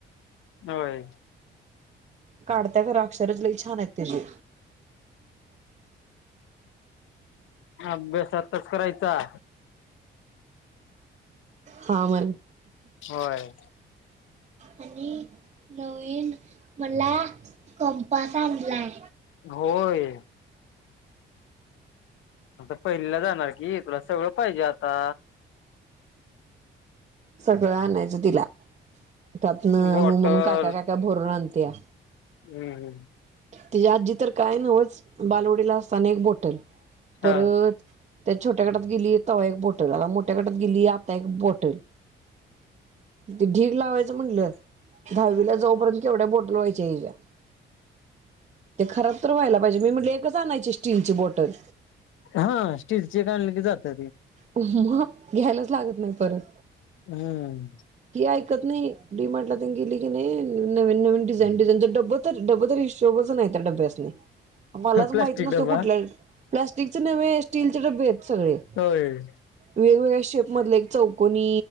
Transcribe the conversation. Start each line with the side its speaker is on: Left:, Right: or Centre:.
Left: होय
Right: काढत्या खरा अक्षरच लई छान आहेत तिजी.
Left: अभ्यासताच करायचा?
Right: हा म्हण
Left: होय
Right: आणि नवीन मला कंपास आणलाय.
Left: होय आता पहिलीला जाणार की तुला सगळं पाहिजे आता?
Right: सगळं आणायचं तिला. त्यातन
Left: बॉटल
Right: हो म्हणून काका काका भरून आणत्या.
Left: हम्म हम्म
Right: ती जी आजी तर काय नवंच बालवडीला असताना एक बोटल परत-
Left: हा
Right: त्या छोट्या गटात गेलीत. एक बोटल आता मोठ्या गटात गेली आता एक बोटल त ढीग लावायच. म्हटलं दहावीला जाऊपर्यंत केवढ्या मोठ्य व्हायच्या हीच्या. ते खराब तर व्हायला पाहिजे मी म्हटले एकच आणायची स्टीलची बॉटल.
Left: हा स्टीलचे आणले की जात ते
Right: मग घ्यायलाच लागत नाही परत
Left: हम्म
Right: ही ऐकत नाही डीमार्टला गेली की नाही ननवी डझाईन डिझाईन डब तर डबरी शोबच नाही त्या डब्यास नाही मलाच
Left: प्लास्टिक
Right: माहित नसतो
Left: डबा
Right: कुठल्या प्लाॅस्टिकचे न् स्टीलचे डबे आहेत सगळे
Left: होय
Right: वेगवेगळ्या शेप मधले एक चौकनी